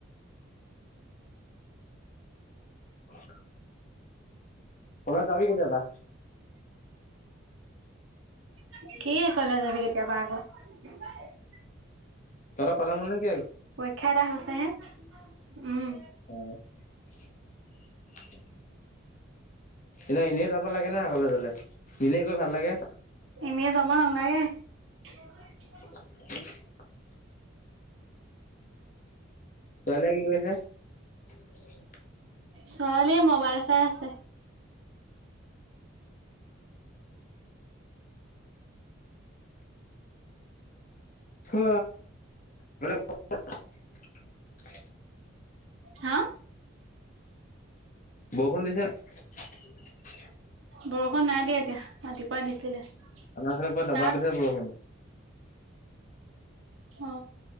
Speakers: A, on the left; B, on the right.
A: অওক <unintelligible> কলেজ যাবি কেতিয়াবা?
B: উম <unintelligible> কি কলেজ যাবি কেতিয়াবা আকৌ? কি? <unintelligible>
A: তেহেতৰ খতম হ'ল নেকি?
B: পৰীক্ষা এটা হৈছে হে উম।
A: অ <unintelligible> এনে এনেই যাব লাগে নে আগলে গ'লে, এনেই গৈ ভাল লাগে।
B: এনেই যাব নালাগে <unintelligible>
A: <unintelligible> ছোৱালীয়ে কি কৰিছে?
B: ছোৱালী মোবাইল চাই আছে।
A: অ ব <unintelligible>
B: হা
A: বৰষুণ দিছে নে?
B: বৰষুণ নাই দিয়া এতিয়া। ৰাতিপুৱা দিছিলে।
A: আমাৰ ফালে পুৰা দবা
B: তাত
A: পিতা বৰষুণ।
B: অ